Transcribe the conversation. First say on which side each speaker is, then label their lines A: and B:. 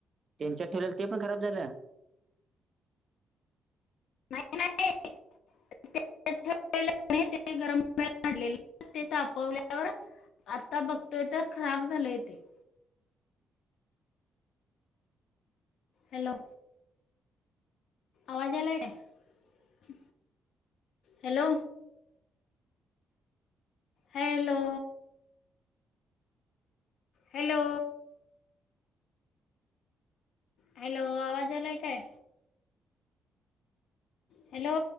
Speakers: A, on the right (about 30°); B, on the left (about 70°).
A: त्यांच्यात ठेलेल ते पण खराब झालं.
B: नाही नाही, ठेवले ते गरम पाले ते तचापवल्यावर आता बघतोय तर खराब झालंय ते. हॅलो. आवाज यायलाय काय? हॅलो. हॅलो. हॅलो. हॅलो आवाज यायलाय काय? हॅलो.